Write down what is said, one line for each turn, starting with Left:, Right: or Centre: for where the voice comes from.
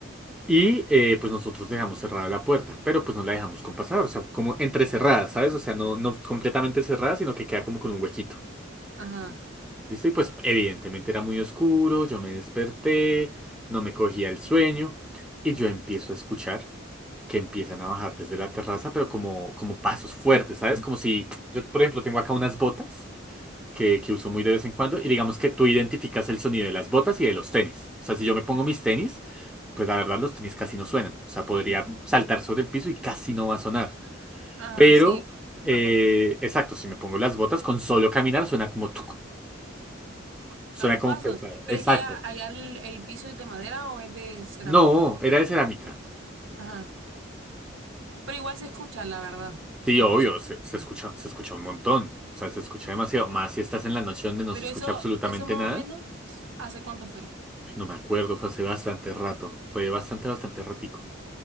Centre: Y eh, pues nosotros dejamos cerrada la puerta, pero pues no la dejamos con pasar, o sea, como entrecerrada, ¿sabes? O sea, no, no completamente cerrada, sino que queda como con un huequito.
Right: ajá,
Centre: ¿Listo? Y pues evidentemente era muy oscuro, yo me desperté, no me cogía el sueño y yo empiezo a escuchar que empiezan a bajar desde la terraza, pero como, como pasos fuertes, ¿sabes? Como si yo, por ejemplo, tengo acá unas botas que, que uso muy de vez en cuando. Y digamos que tú identificas el sonido de las botas y de los tenis. O sea, si yo me pongo mis tenis, pues la verdad los tenis casi no suenan. O sea, podría saltar sobre el piso y casi no va a sonar.
Right: ajá,
Centre: Pero,
Right: sí. Las
Centre: eh,
Right: botas.
Centre: exacto, si me pongo las botas, con solo caminar suena como tuc, suena
Right: A los
Centre: como
Right: pasos.
Centre: pesado.
Right: Pero
Centre: Exacto.
Right: es que allá, allá el, el piso es de madera o es de cerámica.
Centre: No, era de cerámica.
Right: Ajá. Pero igual se escucha, la verdad.
Centre: Sí,
Right: Los
Centre: obvio,
Right: pasos. se
Centre: se,
Right: escuchan.
Centre: se escucha, se escucha un montón. O sea, se escucha demasiado. Más si estás en la noche donde no
Right: Pero
Centre: se escucha
Right: eso,
Centre: absolutamente
Right: eso más
Centre: nada.
Right: o menos, ¿hace cuánto fue?
Centre: Uy, No me acuerdo, fue hace bastante rato. Fue bastante, bastante ratico.